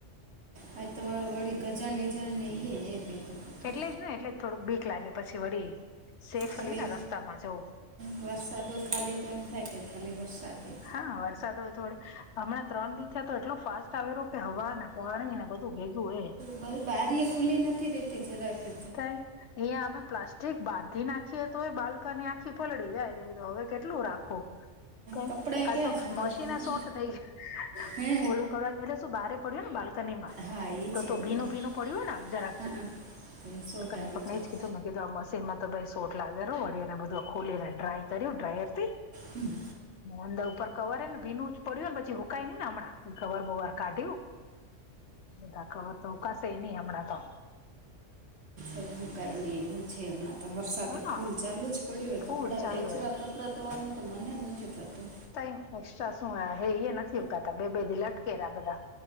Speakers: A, on the right (about 75°); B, on the left (about 65°).
A: હા તો વળી ગજાણ વીજાણ ને ઈએ હે ભેગું બધું
B: એટલે જ ને એટલે જ થોડુંક બીક લાગે પછી વળી સેફ
A: ખાલી
B: નહી ને રસ્તામાં જવું
A: વરસાદો ખાલી તો એમ થાય કે ખાલી વરસાદ હે
B: હા વરસાદ હોય થોડે હમણાં ત્રણ દિ થયા તો એટલો ફાસ્ટ આવેરો કે હવાના પોણી ને બધું ભેગું હે
A: ખુબજ બારી એ ખુલ્લી નથી રહેતી જરા કે
B: થાય ઈયા અમે પ્લાસ્ટીક બાંધી નાખીએ તોય બાલક ની આખી પલળી જાય ને તો હવે કેટલું રાખુ. ક
A: કપડાં
B: કાલ
A: ક્યાં
B: તો
A: સુકાવામાં
B: મશીનએ સોટ થઈ ગયા.
A: હે
B: ઓલું કરવા એટલે શું બારે પડ્યું ને બાલ્કની માં
A: હા ઈ
B: તો
A: છે
B: તો
A: વળી
B: ભીનું ભીનું પડ્યું હોય ને આમ જરાક
A: હા સોટ
B: કાલ
A: આવી
B: દીપક
A: જાય
B: ને એજ કીધું તો મેં કીધું આ મશીનમાં તો ભાઈ સોટ લાગે રહો વળીને બધું ખોલીને ડ્રાય કર્યું ડ્રાયર થી
A: હમ્મ.
B: અંદર ઉપર કવર ને ભીનું પડ્યું ને પછી હુંકાઈ નઈ ને હમણાં કવર બવર કાઢ્યું બધા કવર તો હુંકાશે નહિ હમણાં તો
A: એ મુકાય નહી એવું છે હમણાં તો વરસાદએ
B: હા
A: ફૂલ ચાલુ જ પડ્યો.
B: ફૂલ
A: કપડા
B: ચાલુ
A: એસરા કપડા ધોવાનું તો મનેએ નથી થતું
B: તઈ એક્સ્ટ્રા સું હે એ નથી હુંકાતા બે બે દી લટકેરા બધા